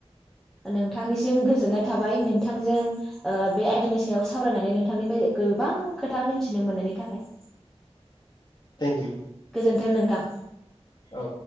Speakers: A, in the centre; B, on the left (about 40°).
A: नोंथांनिसिम गोजोननाय थाबाय नोंथांजों ओ बे आयदानि सायाव सावरायनानै नोंथांनिफ्राय गोबां खोथा मिथिनो मोननायनि थाखाय।
B: थेंक इउ
A: गोजोन्थों नोंथां।
B: औ